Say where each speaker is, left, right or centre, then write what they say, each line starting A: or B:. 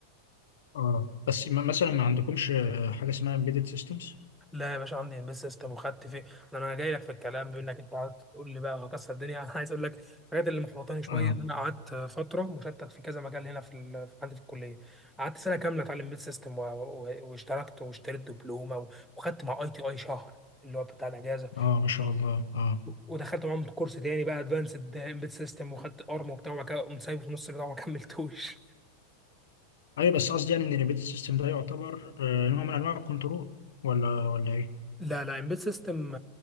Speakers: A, on the left; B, in the centre.
A: اه بس ما- مثلا ما عندكمش آه، حاجه اسمها امبيدد سيستمز
B: لا يا باشا عندي امبيد سيستم وخدت فيه ده انا جاي لك في الكلام بما انك انت قعدت تقول لي بقى هكسر الدنيا <laughs> انا عايز اقول لك الحاجات اللي محبطاني شويه
A: اه
B: ان انا قعدت فتره مشتت في كذا مجال هنا في ال... في- عندي في الكليه قعدت سنه كامله اتعلم امبيد سيستم و... و... واشتركت واشتريت دبلومه و... وخدت مع اي تي اي شهر اللي هو بتاع الاجازه
A: اه ما شاء الله اه
B: ودخلت معاهم كورس تاني بقى ادفانسد امبيد سيستم وخدت ارم وبتاع وبعد كده قمت سايبه في نص البتاع وما كملتوش
A: ايوه بس قصدي يعني ان الامبيدد سيستم ده يعتبر آه، نوع من انواع الكنترول ولا ولا ايه
B: لا لا امبيد سيستم